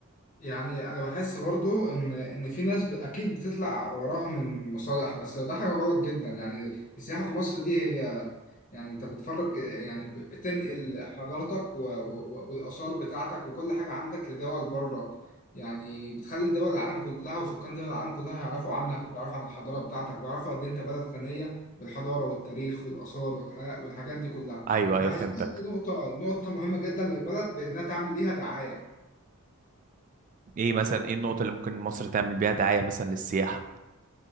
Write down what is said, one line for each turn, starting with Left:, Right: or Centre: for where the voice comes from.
Left: يعني انا بحس برضو ان ان في ناس ب- اكيد بتطلع وراها من مصالح بس ده حاجه غلط جدا يعني السياحه في مصر دي هي يعني انت بتفرج يعني بتنقل حضارتك و- و- والاثار بتاعتك وكل حاجه عندك لدول بره يعني بتخلي دول العالم كلها وسكان دول العالم كلها يعرفوا عنك ويعرفوا عن الحضاره بتاعتك ويعرفوا قد إيه انت بلد غنيه بالحضاره والتاريخ والاثار والح- والحاجات دي كلها
Right: ايوه
Left: وبحسها
Right: ايوه فهمتك
Left: دي نقطه نقطه مهمه جدا للبلد بانها تعمل ليها دعايه
Right: ايه مثلا ايه النقطة اللي ممكن مصر تعمل بيها دعاية مثلا للسياحة